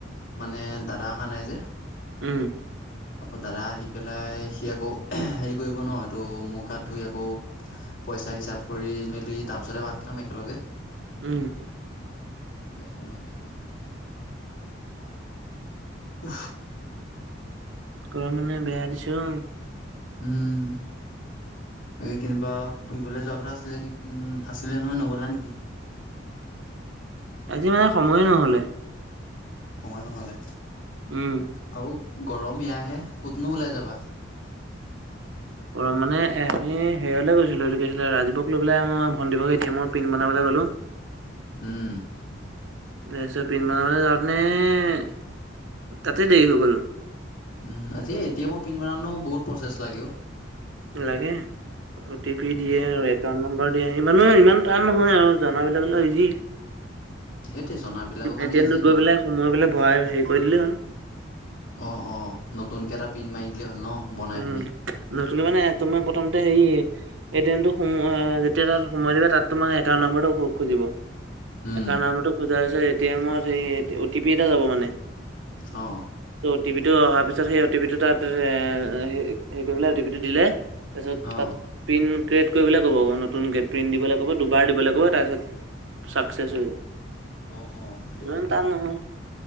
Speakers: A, on the left; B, on the right.
A: মানে দাদা অহা নাই যে
B: উম,
A: আকৌ দাদা আহি পেলাই সি আকৌ হেৰি কৰিব ন এইটো মুখ হাত ধুই আকৌ পইচা হিচাপ কৰি মেলি তাৰ পিছতেহে ভাত খাম একেলগে
B: উম,
A: সেইকাৰণে সু
B: কৰা মানে বেয়া দিছো
A: উম, এই কেনিবা ফুৰিবলৈ যোৱা কথা আছিলে নেকি উম আছিলে নহয় নগলা নেকি? <inaudible>
B: আজি মানে সময়ে নহলে
A: সময় নহলে
B: উম,
A: আৰু গৰম এয়াহে কতনো ওলাই যাবা
B: গৰম মানে আমি হেৰিলৈ গৈছিলোঁ সেইটো কি আছিলে ৰাজীৱক লৈ পেলাই মই ভণ্টীৰ এটি এমৰ পিন বনাবলৈ গ'লো
A: উম,
B: তাৰপিছত পিনবনাবলৈ কাৰণে তাতে দেৰি হৈ গল
A: উম আজি এটি এমৰ পিন বনোৱা বহুত প্ৰচেছ লাগে অ
B: লাগে অ টি পি
A: উম
B: দিয়ে
A: তেনেকুৱা
B: আৰু একাউন্ট নম্বৰ ইমানো ইমান টান নহয় আৰু জানাবিলাক অলে ইজি
A: সেইটোৱে জনাবিলাকৰ কাৰণে
B: এটি এমটোত
A: ইজি নজন
B: গৈ পেলাই সোমাই পেলাই ভৰাই হেৰি কৰি দিলেই হ'ল
A: অ ', অ়', নতুন কেইটা পিনন্ মাৰি দিলেই হ'ল ন বনাই
B: উম
A: পিনি
B: ন তুমি মানে তুমাৰ প্ৰথমতে হেৰি এটিএমটো সোম যেতিয়া তাত সোমাই দিবা তাত তোমে একাউণ নম্বৰো খুজিব
A: উম
B: একাউণ্ নম্বৰো খোজা এটিএমৰ ও টি পি এটা যাব মানে
A: অ',
B: চ' অ', পি টো অহাৰ পিছত সেই অ টি পি টো তাত এ হৰিলে অ টি পি টো দিলে তাৰপিছত
A: অ।
B: তাত পিন ক্ৰিয়েট কৰিবলৈ ক'ব আকৌ নতুন গে প্ৰিণ্ট দিবলৈ ক'ব দুবাৰ দিবলৈ ক'ব তাৰপিছত ছাকচেছ হৈ যায়
A: অ', সেইটো
B: ইমান
A: কথা
B: টান নহয়